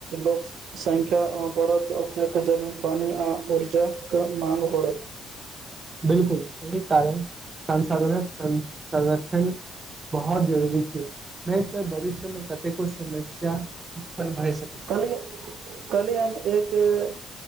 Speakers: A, on the right (about 75°); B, on the right (about 35°).
A: लोक संख्या बढ़त ओतेक जमीन पानी आ ऊर्जा क मांग बढ़त
B: बिलकुल एहि कारण संसाधन सं संरक्षण बहुत जरूरी छै नहि तऽ भविष्यमे कतेको समस्या उत्पन्न भइ सकत छै
A: कल्हि काल्हि हम एक